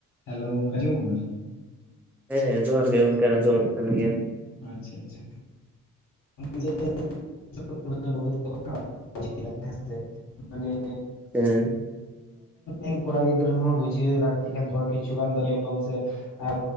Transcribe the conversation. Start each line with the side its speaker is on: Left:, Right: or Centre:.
Left: Hello ᱟᱸᱡᱚᱢᱚᱜ ᱠᱟᱱᱟ
Centre: ᱦᱮᱸ ᱡᱚᱦᱟᱨ ᱜᱮ ᱜᱚᱝᱠᱮ ᱟᱸᱡᱚᱢᱚᱜ ᱠᱟᱱ ᱜᱮᱭᱟ
Left: ᱟᱪᱪᱷᱟ ᱟᱪᱪᱷᱟ <unintelligible> <unintelligible> ᱦᱮᱸ ᱥᱮ ᱢᱟᱱᱮ
Centre: ᱦᱮᱸ
Left: <unintelligible> ᱠᱚᱲᱟ ᱜᱤᱫᱽᱨᱟᱹ ᱦᱚᱸ ᱵᱩᱡᱷᱟᱹᱣ ᱞᱟᱹᱠᱛᱤ ᱠᱟᱱ ᱠᱚᱣᱟ ᱠᱤᱪᱷᱩ ᱜᱟᱱ ᱫᱚ ᱧᱮᱞ ᱠᱚᱢ ᱥᱮ ᱟᱨ